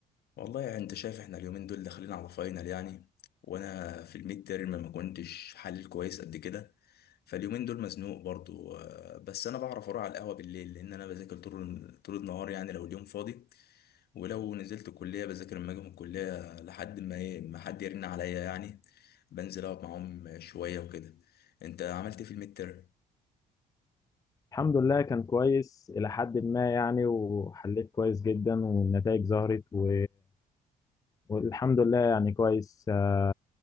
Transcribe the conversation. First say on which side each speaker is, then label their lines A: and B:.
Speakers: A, on the left (about 50°); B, on the left (about 15°).
A: والله يعني انت شايف احنا اليومين دول داخلين على فاينل يعني وانا في الميد تيرم ما كنتش حلل كويس قد كده فاليومين دول مزنوق برضو أه، بس انا بعرف اروح على القهوة بالليل لان انا بذاكر طول طول النهار يعني لو اليوم فاضي ولو نزلت الكلية بذاكر لما اجي من الكلية لحد ما ايه ما حد يرن عليا يعني بنزل اقعد معاهم شوية وكده انت عملت ايه في الميد تيرم
B: الحمد لله كان كويس إلى حد ما يعني وحليت كويس جدا والنتائج ظهرت و... والحمد لله يعني كويس آه،